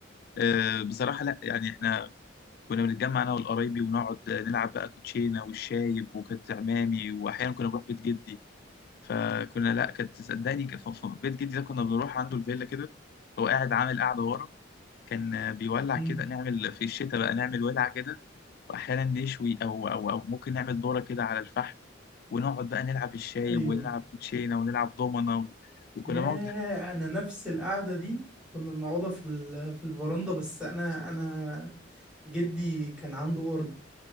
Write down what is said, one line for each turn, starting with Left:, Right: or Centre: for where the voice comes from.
Left: آه، بصراحه لا يعني احنا كنا بنتجمع انا والقرايبي ونقعد نلعب بقى كوتشينه والشايب وكانت عمامي واحيانا كنا بنروح بيت جدي فكنا لا كانت صدقني ك- ف- ف- بيت جدي ده كنا بنروح عنده الفيلا كده هو قاعد عامل قاعده ورا كان بيولع
Centre: <laughs>
Left: كده نعمل في الشتاء بقى نعمل ولعة كده وأحيانا نشوي أو أو أو ممكن نعمل دورة كده على الفحم ونقعد بقى نلعب الشاي
Centre: ايوه
Left: ونلعب كوتشينة ونلعب دومنة و... وكنا
Centre: ياه
Left: نقعد لحد
Centre: انا نفس القعده دي كنا بنقعدها في ال... في الفرندا بس انا انا جدي كان عنده ارض